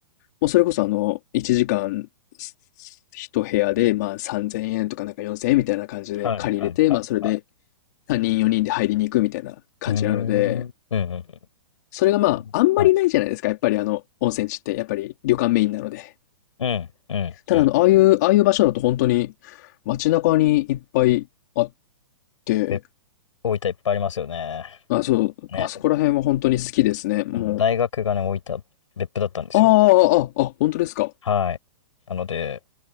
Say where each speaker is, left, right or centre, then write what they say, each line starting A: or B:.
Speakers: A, on the left; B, on the left.
A: もうそれこそあの、1時間1部屋で、まあ、3000円とかなんか4000円みたいな感じで借りれて、
B: はいはいはいはい。
A: まあ、それで3人4人で入りに行くみたいな感じなので、
B: うーん。うんうん
A: それがまあ、
B: うん。
A: あんまりないじゃないですか。
B: はい。
A: やっぱりあの、温泉地って、やっぱり旅館メインなので。
B: うんうんうんうん。
A: ただあの、ああいう、ああいう場所だと本当に街中にいっぱいあって、
B: 別府大分いっぱいありますよね。
A: あ、そう、
B: ね。
A: あそこら辺は本当に好きですね。もう、
B: あの大学がね、置いた別府だったんですよ。
A: ああ、ああ、あ、本当ですか。
B: はい。なので、